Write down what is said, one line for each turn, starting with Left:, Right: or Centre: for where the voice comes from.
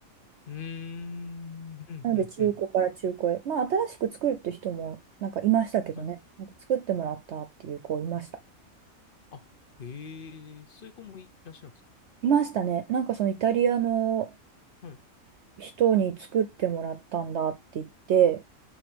Left: うーん。うん。
Right: なので中古から中古へ。
Left: うん。うん
Right: まあ新しく作るって人もなんかいましたけどね。
Left: はい。
Right: なんか作ってもらったっていう子いました。
Left: あ、へえ、そういう子もいらっしゃるんですね。
Right: いましたね。なんかそのイタリアの
Left: はい。
Right: 人に作ってもらったんだって言って、